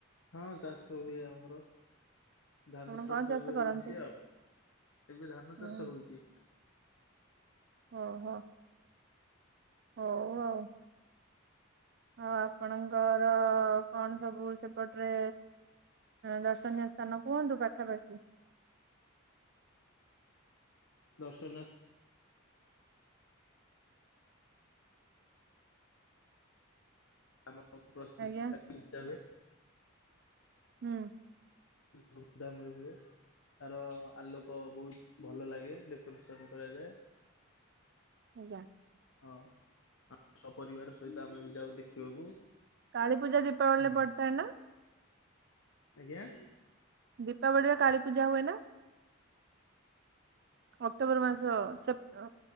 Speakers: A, on the left; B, on the right.
A: ହଁ ଚାଷ ହୁଏ ଆମର। ଧାନ
B: ଆପଣ
A: ଚାଷ
B: କଣ
A: ଏବେ
B: କରନ୍ତି?
A: ହଉଛି ଆଉ। ଏବେ ଧାନ
B: ହୁଁ
A: ଚାଷ ହଉଛି।
B: ଓହୋ। ହଉ ଆଉ। ଆଉ ଆପଣଙ୍କର କଣ ସବୁ ସେପଟରେ ଦର୍ଶନୀୟ ସ୍ଥାନ କୁହନ୍ତୁ ପାଖାପାଖି।
A: ଦର୍ଶନୀୟ ଆମ <inaudible>
B: ଆଜ୍ଞା
A: ହୁଏ।
B: ହୁଁ।
A: ଧୁମ୍ ଧାମ୍ ରେ ହୁଏ। ତାର ଆଲୋକ ବହୁତ ଭଲ ଲାଗେ, ଡେକୋରେସନ କରାଯାଏ।
B: ଆଜ୍ଞା।
A: ହଁ ଆ ସପରିବାର ସହିତ ଆମେ ବି ଯାଉ ଦେଖିବାକୁ।
B: କାଳୀ ପୂଜା ଦୀପାବଳିରେ
A: ହୁଁ
B: ପଡିଥାଏ ନା?
A: ଆଜ୍ଞା?
B: ଦୀପାବଳିରେ କାଳୀ ପୂଜା ହୁଏ ନା? ଅକ୍ଟୋବର ମାସ ସେପ୍ ଅ